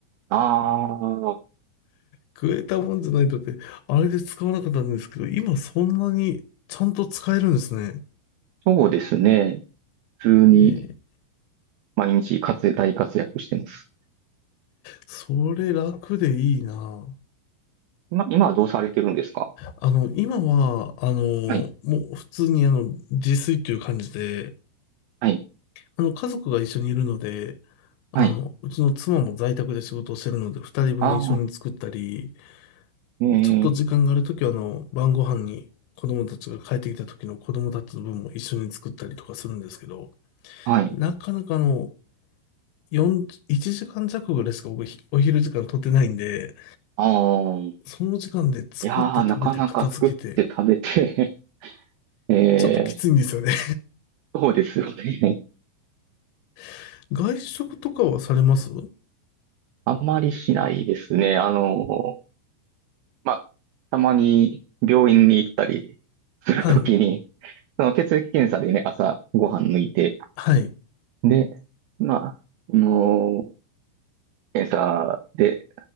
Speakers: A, on the right; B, on the left.
A: ああ、
B: 食えたもんじゃないとって、あれで使わなかったんですけど、今そんなにちゃんと使えるんですね。
A: そうですね。普通に
B: えー
A: 毎日活躍、大活躍してます。
B: それ楽でいいな。
A: 今、今はどうされてるんですか
B: あの、今は、あの、もう普通にあの、
A: はい。
B: 自炊っていう感じで、
A: はい。
B: あの、家族が一緒にいるので、あの、
A: はい。
B: うちの妻も在宅で仕事をしてるので、二人分一緒に作ったり、
A: ああ、ええ、
B: ちょっと時間があるときは、あの、晩ご飯に子供たちが帰ってきた時の子供たちの分も一緒に作ったりとかするんですけど、
A: はい。
B: なかなかあの、4、1時間弱ぐらいしか僕ひお昼時間取ってないんで、
A: ああ。
B: その時間で作って食べて片付けて、
A: いやー、なかなか作って食べて <laughs> え
B: ちょっときついんですよね。
A: ー、そうですよね。
B: <laughs> 外食とかはされます
A: あんまりしないですね。あの、まあ、たまに病院に行ったりするときに、
B: はい。
A: その血液検査でね、朝ご飯抜いて、
B: はい。
A: で、まあ、あの、検査で